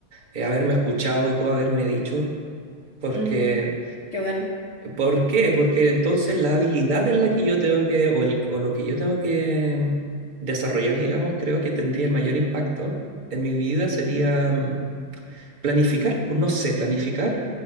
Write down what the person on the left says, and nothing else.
Ujú, Qué bueno.